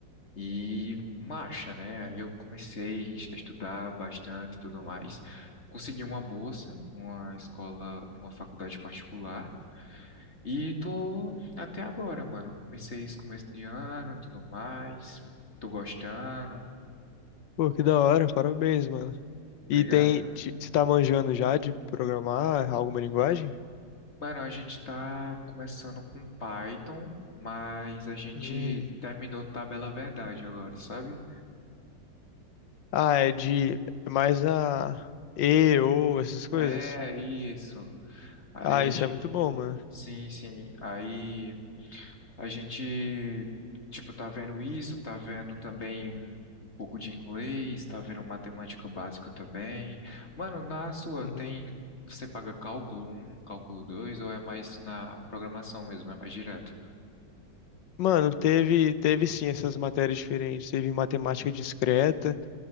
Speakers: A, on the left; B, on the left.
A: E marcha, né? Aí eu comecei a estudar bastante e tudo mais. Consegui uma bolsa, uma escola, numa faculdade particular. E tô até agora, mano. Comecei esse começo de ano e tudo mais. Tô gostando.
B: Pô, que da hora, parabéns, mano.
A: Obrigado.
B: E tem, ti- você tá manjando já de programar alguma linguagem?
A: Mano, a gente tá começando com Python, mas a gente
B: Hum.
A: terminou Tabela Verdade agora, sabe?
B: Ah, é de é mais a E, ou essas coisas.
A: É isso. Aí
B: Ah,
A: a,
B: isso
A: gen-
B: é muito bom, mano.
A: sim, sim. Aí a gente tipo tá vendo isso, tá vendo também um pouco de inglês, tá vendo matemática básica também. Mano, na sua
B: Uhum.
A: tem você paga cálculo um, cálculo 2 ou é mais na programação mesmo, é mais direto?
B: Mano, teve, teve sim essas matérias diferentes. Teve matemática discreta,